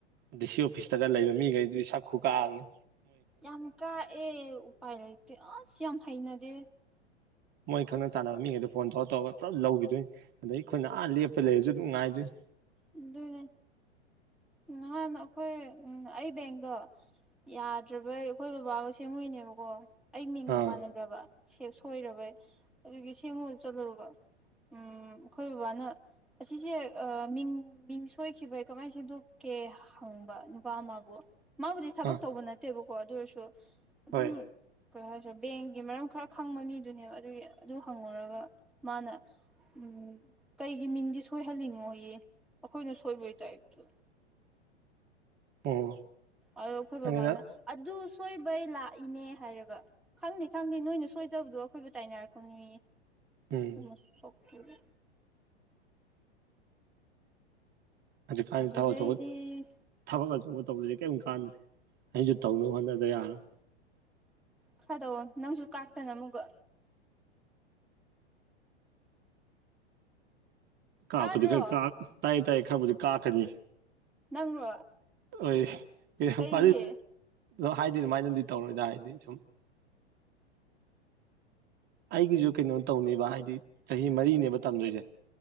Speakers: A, on the right; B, in the centre.
A: ꯗꯤ ꯁꯤ ꯑꯣꯐꯤꯁꯇꯒ ꯂꯩꯕ ꯃꯤꯈꯩꯗꯨꯗꯤ ꯁꯛ ꯈꯨꯀꯥꯛꯑꯝꯅꯤ
B: ꯌꯥꯝ ꯀꯥꯛ ꯑꯦ ꯎꯄꯥꯏ ꯂꯩꯇꯦ ꯑꯁ ꯌꯥꯝ ꯍꯩꯅꯗꯦ
A: ꯃꯣꯏ ꯈꯪꯅ ꯆꯥꯟꯅꯕ ꯃꯤꯉꯩꯗ ꯐꯣꯟ ꯇꯧꯔ ꯇꯧꯔꯒ ꯄꯨꯂꯞ ꯂꯧꯒꯤꯗꯣꯏꯅꯤ ꯑꯗꯩ ꯈꯣꯏꯅ ꯑꯥ ꯂꯦꯞꯄ ꯂꯩꯔꯁꯨ ꯑꯗꯨꯝ ꯉꯥꯏꯗꯣꯏꯅꯤ
B: ꯑꯗꯨꯅꯦ ꯅꯍꯥꯟ ꯑꯩꯈꯣꯏ ꯎꯝ ꯑꯩ ꯕꯦꯡꯗꯣ ꯌꯥꯗ꯭ꯔꯕꯩ ꯑꯩꯈꯣꯏ ꯕꯕꯥꯒ ꯁꯦꯝꯃꯨꯏꯅꯦꯕꯀꯣ ꯑꯩ ꯃꯤꯡꯒ
A: ꯑꯥ
B: ꯃꯥꯟꯅꯗ꯭ꯔꯕ ꯁꯦꯞ ꯁꯣꯏꯔꯕꯩ ꯑꯗꯨꯒꯤ ꯁꯦꯝꯃꯨ ꯆꯠꯂꯨꯕꯀꯣ ꯎꯝ ꯑꯩꯈꯣꯏ ꯕꯕꯥꯅ ꯑꯁꯤꯁꯦ ꯑ ꯃꯤꯡ ꯃꯤꯡ ꯁꯣꯏꯈꯤꯕꯩ ꯀꯃꯥꯏ ꯁꯦꯝꯗꯣꯛꯀꯦ ꯍꯪꯕ ꯅꯨꯄꯥ ꯑꯃꯕꯨ ꯃꯥꯕꯨꯗꯤ ꯊꯕꯛ
A: ꯑꯥ
B: ꯇꯧꯕ ꯅꯠꯇꯦꯕꯀꯣ ꯑꯗꯨ ꯑꯣꯏꯔꯁꯨ ꯑꯗꯨꯝ
A: ꯍꯣꯏ
B: ꯀꯩ ꯍꯥꯏꯁꯤꯔ ꯕꯦꯡꯒꯤ ꯃꯔꯝ ꯈꯔ ꯈꯪꯕ ꯃꯤꯗꯨꯅꯦꯕ ꯑꯗꯨꯒꯤ ꯑꯗꯨ ꯍꯪꯉꯨꯔꯒ ꯃꯥꯅ ꯎꯝ ꯀꯩꯒꯤ ꯃꯤꯡꯗꯤ ꯁꯣꯏꯍꯜꯂꯤꯅꯣ ꯌꯦ ꯑꯈꯣꯏꯅ ꯁꯣꯏꯕꯩ ꯇꯥꯏꯄꯇ
A: ꯑꯣ
B: ꯑꯗ ꯑꯩꯈꯣꯏ
A: ꯈꯪꯉꯦꯗ
B: ꯕꯕꯥꯅ ꯑꯗꯨ ꯁꯣꯏꯕꯩ ꯂꯥꯛꯏꯅꯦ ꯍꯥꯏꯔꯒ ꯈꯪꯗꯦ ꯈꯪꯗꯦ ꯅꯣꯏꯅ ꯁꯣꯏꯖꯕꯗꯣ ꯑꯩꯈꯣꯏꯕꯨ ꯇꯥꯏꯅꯔꯛꯀꯅꯣꯌꯦ
A: ꯎꯝ
B: ꯃꯁꯛꯁꯤꯒ
A: ꯍꯧꯖꯤꯛꯀꯥꯟ
B: ꯑꯗꯨꯗꯩꯗꯤ
A: ꯊꯕꯛ ꯑꯆꯧꯕ ꯊꯕꯛ ꯑꯆꯧꯕ ꯇꯧꯗ꯭ꯔꯗꯤ ꯀꯦꯝ ꯀꯥꯟꯗ꯭ꯔꯦ ꯑꯩꯁꯨ ꯇꯧꯅꯕ ꯍꯣꯠꯅꯗ ꯌꯥꯔꯣꯏ
B: ꯈꯔ ꯇꯧꯑꯣ ꯅꯪꯁꯨ ꯀꯥꯛꯇꯅ ꯑꯃꯨꯛꯀ
A: ꯀꯥꯛꯄꯗꯤ
B: ꯇꯥꯗ꯭ꯔꯣ
A: ꯈꯔ ꯀꯥꯛ ꯇꯥꯏ ꯇꯥꯏ ꯈꯔꯕꯨꯗꯤ ꯀꯥꯛꯀꯅꯤ
B: ꯅꯪꯔꯣ
A: ꯑꯣꯏ <unintelligible>
B: ꯀꯩꯒꯤ
A: ꯑ ꯍꯥꯏꯗꯤ ꯑꯗꯨꯃꯥꯏꯅꯗꯤ ꯇꯧꯔꯣꯏꯗꯥ ꯍꯥꯏꯗꯤ ꯁꯨꯝ ꯑꯩꯒꯤꯁꯨ ꯀꯩꯅꯣ ꯇꯧꯅꯦꯕ ꯍꯥꯏꯗꯤ ꯆꯍꯤ ꯃꯔꯤꯅꯦꯕ ꯇꯝꯗꯣꯏꯁꯦ